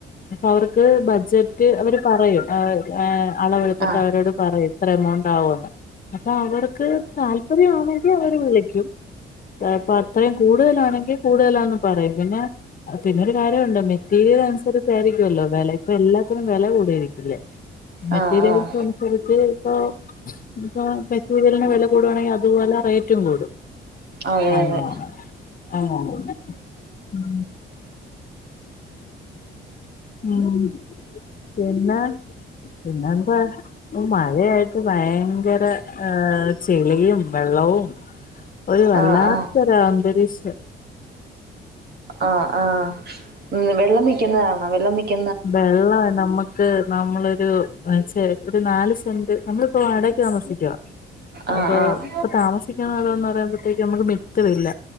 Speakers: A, on the left; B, on the right.
A: ഇപ്പൊ അവർക്ക് ബഡ്ജറ്റ് അവര് പറയും <unintelligible> ഏ അളവെടുത്തിട്ട്
B: ആഹ്
A: അവരോട് പറയും ഇത്ര എമൗണ്ട് ആവുമെന്ന് അപ്പൊ അവർക്ക് താല്പര്യമാണെങ്കിൽ അവര് വിളിക്കും അപ്പൊ അത്രയും കൂടുതലാണെങ്കിൽ കൂടുതലാന്ന് പറയും പിന്നെ പിന്നെരു കാര്യമുണ്ട് മെറ്റീരിയൽ അനുസരിച്ചായിരിക്കുമല്ലോ വെല ഇപ്പൊ എല്ലാത്തിനും വെല കൂടിയിരിക്കല്ലേ മെറ്റീരിയൽസ്
B: ആഹ് ആഹ്
A: അനുസരിച്ച് ഇപ്പോ ഇപ്പോ മെറ്റീരിയലിന് വില കൂടുവാണെങ്കിൽ അതുപോലെ റേറ്റും കൂടും
B: അതെ
A: അങ്ങനെ
B: അതെ
A: അങ്ങനെ ഉം ഉം പിന്നെ പിന്നെന്താ മഴയായിട്ട് ഭയങ്കര ഏഹ് ചെളിയും വെള്ളവും ഒരു വല്ലാത്തൊരു
B: ആഹ് ആഹ്
A: ആന്തരീക്ഷം
B: ആഹ് ആഹ് ഉം വെള്ളം നിൽക്കുന്നാണോ വെള്ളം നിക്ക
A: വെള്ളവേ നമ്മ ക്ക് നമ്മളൊരു <unintelligible> നാല് സെന്റ് നമ്മളിപ്പോ വടകയ്ക്ക് താമസിക്കുവ
B: ആഹ്
A: അപ്പൊ
B: ആഹ്
A: ഇപ്പൊ താമസിക്കുന്ന ഇടോന്ന് പറയുമ്പോഴത്തേക്കും നമക്ക് മിറ്റമില്ല